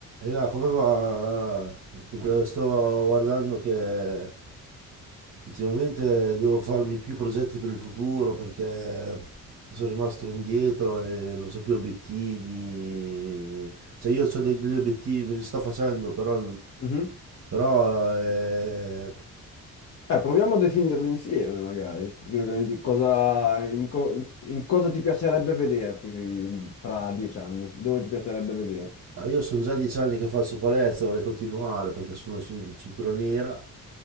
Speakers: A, on the right; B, on the left.
A: E là, come va? Sto guardando che ultimamente devo farmi più progetti per il futuro perché sono rimasto indietro e non ho più obiettivi. Cioè io ho degli obiettivi, me li sto facendo, però,
B: Mhm.
A: però eh,
B: Eh, proviamo a definirli insieme, magari. Che- che Cosa, in, co- in cosa ti piacerebbe vederti in- tra dieci anni? Dove ti piacerebbe vederti?
A: io sono già dieci anni che faccio palestra, vorrei continuare perché sono cin- cintura nera